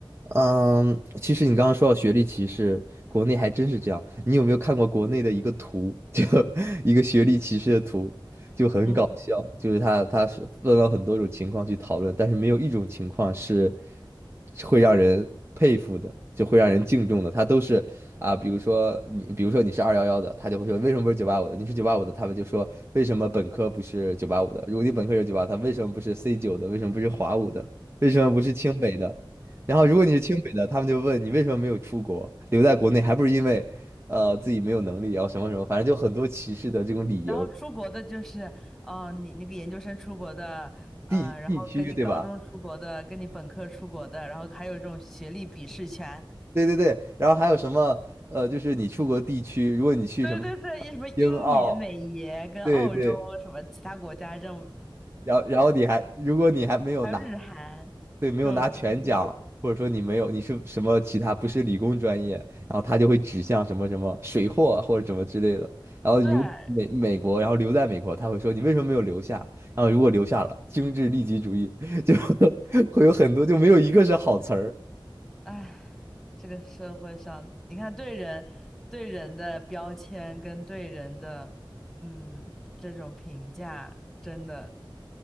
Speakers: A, on the right; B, in the centre.
A: 嗯，其实你刚刚说到学历歧视，国内还真是这样。你有没有看过国内的一个图，<laughs> 就一个学历歧视的图，就很搞笑。
B: 嗯，
A: 就是他他是问了很多种情况去讨论，但是没有一种情况是会让人佩服的，就会让人敬重的。他都是啊，比如说你，比如说你是二幺幺的，他就会说为什么不是九八五的？你是九八五的，他们就说为什么本科不是九八五的？如果你本科是九八，他为什么不是 C 九的？为什么不是华五的？为什么不是清北的？然后如果你是清北的，他们就问你为什么没有出国，留在国内，还不是因为呃自己没有能力，然后什么什么，反正就很多歧视的这种理由，
B: 然后出国的就是，哦、你那个研究生出国的，呃，
A: 地地区对吧？
B: 然后跟你高中出国的，跟你本科出国的，然后还有这种学历鄙视权。
A: 对对对，然后还有什么呃，就是你出国地区，如果你去什么
B: 对对对，一什么英爷、
A: 英澳，
B: 美爷跟澳洲什么其他国家这种，
A: 对对，然后然后你还如果你还没有拿。
B: 还有日韩这种出国，
A: 对，没有拿全奖，或者说你没有，你是什么其他不是理工专业，然后他就会指向什么什么水货啊或者什么之类的。然后如美美国，
B: 对，
A: 然后留在美国，他会说你为什么没有留下？然后如果留下了，精致利己主义 <laughs> 就会有很多就没有一个是好词儿。
B: 唉，这个社会上，你看对人对人的标签跟对人的嗯这种评价，真的